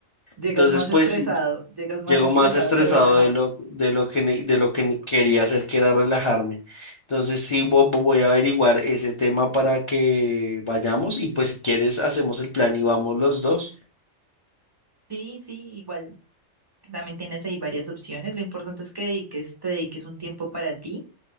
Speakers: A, on the right; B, on the left.
A: llegas
B: entonces
A: más
B: pues
A: estresado,
B: sí,
A: llegas más
B: llego
A: estresado
B: más estresado
A: que relajado.
B: de lo, de lo que, ne- de lo que ne- quería hacer, que era relajarme. Entonces sí, vo- vo- voy a averiguar ese tema para que vayamos y pues si quieres hacemos el plan y vamos los dos.
A: Sí, sí, igual. También tienes ahí varias opciones. Lo importante es que dediques, te dediques un tiempo para ti,